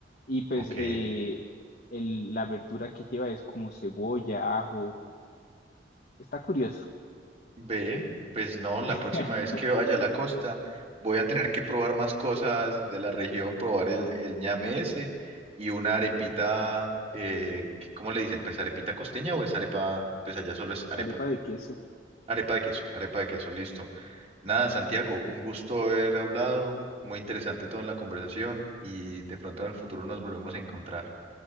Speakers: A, on the left; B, on the right.
A: Y pues
B: Ok,
A: eh, el- la verdura que lleva es como cebolla, ajo, está curioso.
B: ve, pues no, la
A: <laughs>
B: próxima vez que vaya a la costa voy a tener que probar más cosas de la región, probar el, el ñame ese y una arepita, eh, que- ¿cómo le dicen? Pues arepita costeña o es arepa, pues allá solo es arepa,
A: Arepa de queso.
B: arepa de queso, arepa de queso, listo. Nada, Santiago, un gusto haber hablado, muy interesante toda la conversación y de pronto en el futuro nos volvemos a encontrar.